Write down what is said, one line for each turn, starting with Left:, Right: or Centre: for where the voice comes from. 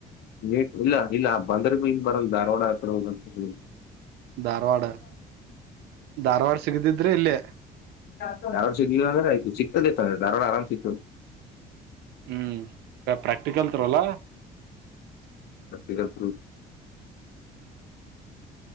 Left: ನೀಟ್ ಇಲ್ಲ ಇಲ್ಲ ಬಂದರ್ಬಿ ಇಲ್ ಬರಲ್ಲ ಧಾರವಾಡ ಹತ್ರ ಹೋಗದ ಹ್ಮ್.
Right: ಧಾರವಾಡ ಧಾರವಾಡ ಸಿಗದಿದ್ರೆ ಇಲ್ಲೇ.
Left: ದಾರವಾಡ ಸಿಗಲಿಲ್ಲ ಅಂದ್ರ ಇಲ್ಲಿ ಚಿಕ್ಕದ ಇತ್ತಲ್ ದಾರವಾಡ ಆರಾಮ್ ಸಿಗತದ.
Right: ಹ್ಮ್ ಯಾ ಪ್ರಾಕ್ಟಿಕಲ್ ತ್ರೋಲಾ.
Left: ಇದ ತ್ರೋ.